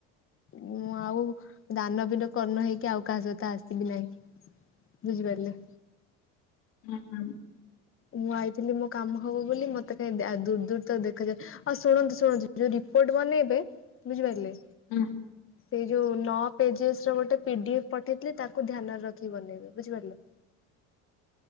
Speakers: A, on the left; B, on the left.
A: ମୁଁ ଆଉ ଦାନ ବିିନ କର୍ଣ୍ଣ ହେଇକି ଆଉ କାହା ସହିତ ଆସିବି ନାହିଁ। ବୁଝିପାରିଲେ।
B: ହୁଁ ହ।
A: ମୁଁ ଆଇଥିଲି ମୋ କାମ ହବ ବୋଲି ମତେ କାହିଁ ଦୂର ଦୂର ତ ଦେଖାଯାଉ ଆଉ ଶୁଣନ୍ତୁ ଶୁଣନ୍ତୁ ଯୋଉ ରିପୋର୍ଟ ବନେଇବେ ବୁଝିପାରିଲେ
B: ହୁଁ
A: ସେଇ ଯୋଉ ନଅ ପେଜେସ ର ଗୋଟେ ପିଡିଏଫ ପଠେଇଥିଲଥିଲେ ତାକୁ ଧ୍ୟାନରେ ରଖି ବନେଇବି ବୁଝିପାରିଲେ।